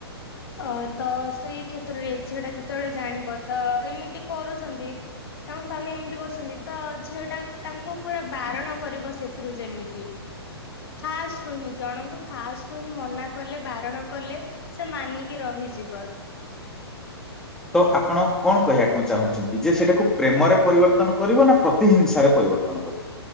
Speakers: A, on the left (about 65°); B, in the centre.
A: ଅ ତ ସେଇ କ୍ଷେତ୍ରରେ ସେଟା ଯେତେବେଳେ ଜାଣିବ ତ ଏମିତି କରୁଛନ୍ତି ତାଙ୍କ ସ୍ୱାମୀ ଏମିତି କରୁଛନ୍ତି ତ ଝିଅଟା ତାଙ୍କୁ ପୁରା ବାରଣ କରିବ ସେଥିରୁ ଯେମିତି ଫାଷ୍ଟ ରୁ ହିଁ ଜଣଙ୍କୁ ଫାଷ୍ଟରୁୁ ହିଁ ମନା କଲେ ବାରଣ କଲେ ମାନିକି ରହିଯିବ।
B: ତ ଆପଣ କଣ କହିବାକୁ ଚାହୁଁଛନ୍ତି ଯେ ସେଇଟାକୁ ପ୍ରେମରେ ପରିବର୍ତ୍ତନ କରିବ ନା ପ୍ରତିହିିଂସାରେ ପରିବର୍ତ୍ତନ କରିବ।